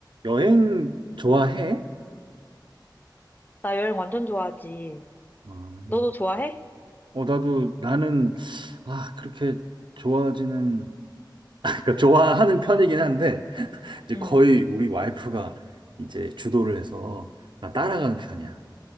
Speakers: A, on the right (about 75°); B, on the left (about 25°).
A: 여행 좋아해?
B: 나 여행 완전 좋아하지.
A: 아,
B: 너도 좋아해?
A: 어, 나도, 나는, 아, 그렇게 좋아하지는, <laughs> 그러니까 좋아하는 편이긴 한데, <laughs> 이제
B: 응.
A: 거의 우리 와이프가 이제 주도를 해서 나 따라가는 편이야.